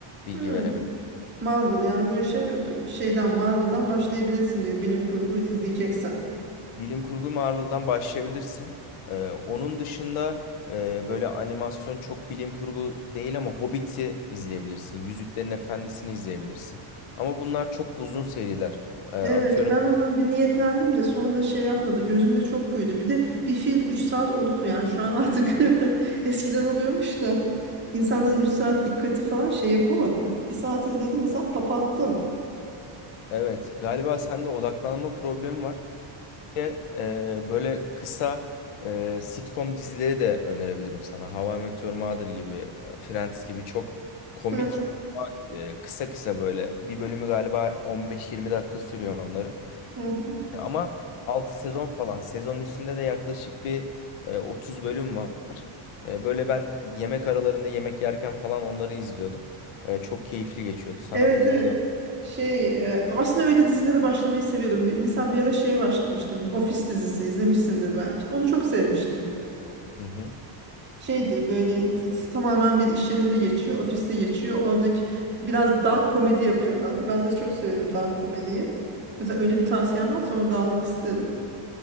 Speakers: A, on the left; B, on the right.
A: Bilgi
B: Hmm.
A: verebilirim.
B: Marvel yani bu işe p- şeyden Marvel'dan başlayabilirsin diyor bilim kurgu izleyeceksen.
A: Bilim kurgu Marvel'dan başlayabilirsin. Ee, onun dışında e, böyle animasyon çok bilim kurgu değil ama Hobbit'i izleyebilirsin. Yüzüklerin Efendisi'ni izleyebilirsin. Ama bunlar çok uzun seriler. E, Atıyorum
B: Evet ben ona bir niyetlendim de sonra şey yapmadı gözümde çok büyüdü bir de bir film 3 saat olur mu yani şu an artık <laughs> eskiden oluyormuş da insanların 3 saat dikkati falan şey yapamadım bir saat izledim mesela kapattım
A: Evet, galiba sende odaklanma problemi var. Bir de, e, böyle kısa e, sitcom dizileri de önerebilirim sana. How I Met Your Mother gibi, e, Friends gibi çok komik,
B: Hı,
A: e, kısa kısa böyle. Bir bölümü galiba 15-20 dakika sürüyor onların.
B: hı hı.
A: E, ama 6 sezon falan. Sezonun içinde de yaklaşık bir e, 30 bölüm var. E, böyle ben yemek aralarında yemek yerken falan onları izliyordum. E, çok keyifli geçiyordu. Sana
B: evet
A: bunları
B: evet
A: da...
B: şey e, aslında öyle dizilere başlamayı seviyordum Bir- mesela bir ara şeye başlamıştım Office dizisi izlemişsindir belki onu çok sevmiştim
A: Hı hı.
B: şeydi böyle t- t- tamamen bir iş yerinde geçiyor, ofiste geçiyor. Oradaki biraz dark komedi yapıyorlardı. Ben de çok severim dark komediyi. Mesela öyle bir tavsiyen varsa onu da almak isterim.